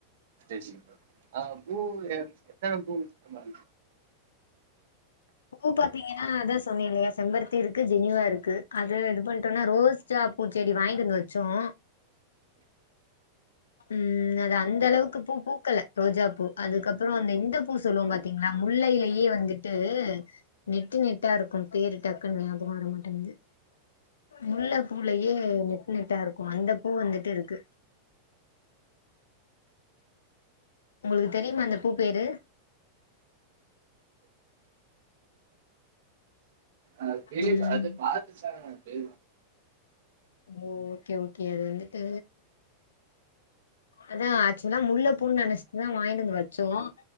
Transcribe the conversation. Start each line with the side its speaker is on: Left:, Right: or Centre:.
Right: தேசிய சங்க ஆஹ் பூ எத்தனை பூ வா
Left: பூ பாத்தீங்கன்னா அதான் சொன்னேன் இல்லையா செம்பருத்தி இருக்கு ஜெனிவா இருக்கு அது இது பண்ணிட்டோம்னா ரோஸ்ஜா பூச்செடி வாங்கிட்டு இருந்து வச்சோம் உம் அது அந்த அளவுக்கு பூ பூக்கல ரோஜா பூ அதுக்கப்புறம் அந்த எந்த பூ சொல்லுவோம் பாத்தீங்களா முல்லையிலயே வந்துட்டு நெட்டு நெட்டா இருக்கும் பேரு டக்குன்னு ஞாபகம் வரமாட்டேது முல்லை பூலயே நெட்டு நெட்டா இருக்கும் அந்த பூ வந்துட்டு இருக்கு உங்களுக்கு தெரியுமா அந்த பூ பேரு
Right: அது பெரிய
Left: ம்
Right: அது பாத்து எழுது
Left: ஓ ஓகே ஓகே அது வந்துட்டு அதான் ஆக்சுவலா முல்ல பூண்ணு நினைச்சுட்டுதான் வாங்கிட்டு வந்து வச்சோம்